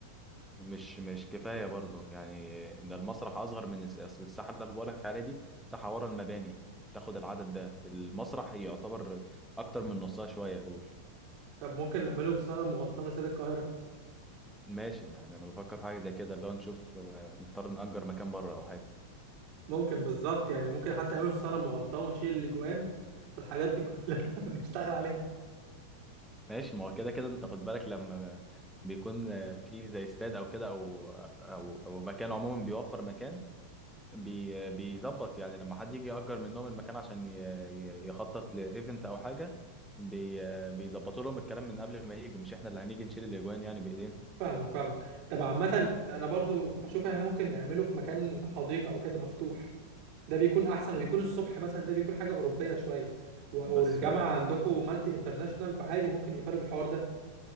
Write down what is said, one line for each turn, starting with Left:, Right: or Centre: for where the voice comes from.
Centre: مش مش كفاية برضه يعني إن المسرح أصغر من الس- أصل الساحة اللي أنا بقولك عليها دي ساحة ورا المباني تاخد العدد ده المسرح يعتبر أكتر من نصها شوية أقول
Right: طب ممكن نعمله في صاله مغطاه من استاد القاهره
Centre: ماشي يعني انا بفكر في حاجه زي كده اللي هو نشوف آه، نضطر نأجر مكان بره او حاجه
Right: ممكن بالظبط يعني ممكن حتى نعمله في صاله مغطاه ونشيل الاجوان والحاجات دي كلها <laughs> بنشتغل عليها
Centre: ماشي ما هو كده كده انت خد بالك لما بيكون آه، في زي استاد او كده او او او مكان عموما بيوفر مكان بي بيظبط يعني لما حد يجي يأجر منهم المكان عشان ي- ي- يخطط لايفنت او حاجه بي آه، بيظبطوا لهم الكلام من قبل ما يجوا مش احنا اللي هنيجي نشيل الاجوان يعني بايدينا
Right: فاهمك فاهمك طب عامه انا برضو بشوف احنا ممكن نعمله في مكان حديقه او كده مفتوح ده بيكون احسن ويكون الصبح مثلا ده بيكون حاجه اوروبيه شويه و-
Centre: بس
Right: والجامعه عندكم مالتي انترناشونال فعادي ممكن يقبلوا بالحوار ده